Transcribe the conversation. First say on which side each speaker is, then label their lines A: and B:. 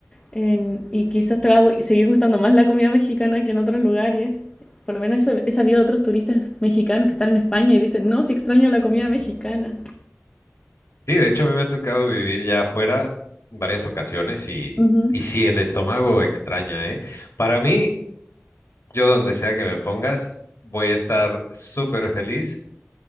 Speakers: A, on the left; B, on the left.
A: En- y quizás te va a gu- seguir gustando más la comida mexicana que en otros lugares. Por lo menos eso he sabido de otros turistas mexicanos que están en España y dicen, no, si extraño la comida mexicana.
B: Sí, de hecho a mí me ha tocado vivir ya afuera varias ocasiones y,
A: Ujú,
B: y sí, el estómago extraña, ¿eh? Para mí, yo donde sea que me pongas, voy a estar súper feliz,